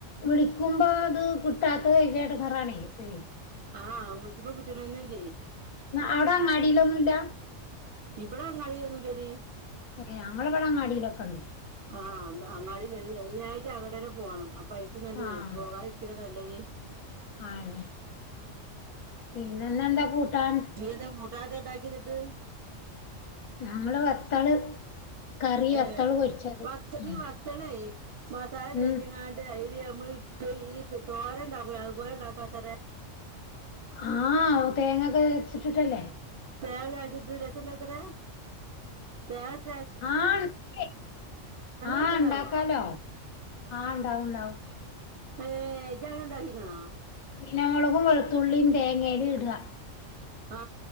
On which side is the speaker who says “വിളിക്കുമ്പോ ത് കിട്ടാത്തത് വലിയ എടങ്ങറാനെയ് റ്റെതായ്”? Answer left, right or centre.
Left